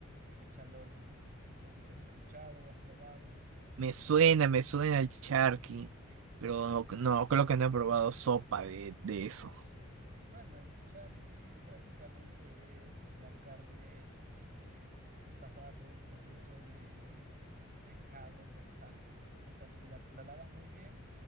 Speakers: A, on the right (about 40°); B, on the right (about 65°).
A: de chalona. No sé si has escuchado o has probado.
B: Me suena, me suena el charqui, pero no, no, creo que no he probado sopa de, de eso.
A: Bueno, el charqui prácticamente es la carne eh, pasada por un proceso de secado con sal. O sea, se la, la lavan muy bien,